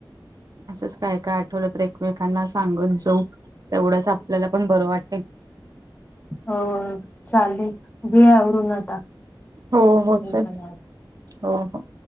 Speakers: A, on the right (about 50°); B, on the left (about 20°).
A: असंच काय काय आठवलं तर एकमेकांना सांगत जाऊ. तेवढंच आपल्याला पण बरं वाटेल.
B: हो चालेल घे अरून ना आता
A: हो हो
B: मी
A: चल
B: पण आले.
A: हो हो.